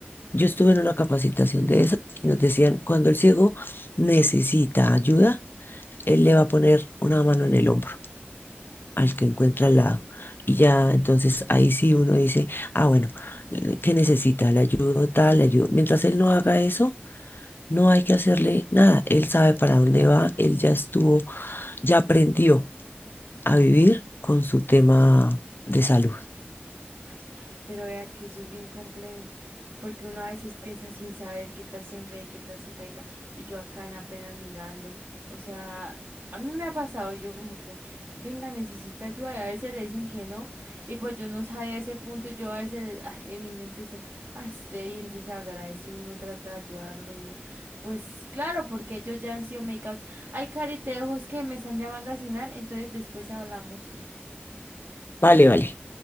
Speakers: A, on the left; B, on the right.
A: Yo estuve en una capacitación de esas y nos decían, cuando el ciego necesita ayuda, él le va a poner una mano en el hombro al que encuentra al lado. Y ya, entonces ahí sí uno dice, ah, bueno, eh, ¿qué necesita? Le ayudo tal, le ayudo. Mientras él no haga eso, no hay que hacerle nada. Él sabe para dónde va, él ya estuvo, ya aprendió a vivir con su tema de salud.
B: Ay, Pero vea que eso es bien complejo, porque uno a veces piensa sin saber qué tal se enrede, qué tal se caiga, y yo acá en apenas mirando, o sea, a mí me ha pasado, yo como que, venga, necesita ayuda, y a veces le dicen que no, y pues yo no sabía ese punto, yo a veces ay, en mi mente decía, ah, esté bien desagradecido, uno trata de ayudarlo y no, pues claro, porque ellos ya han sido medicados, ay, Cari, te dejo, es que me están llamando a cenar, entonces después hablamos.
A: Vale, vale.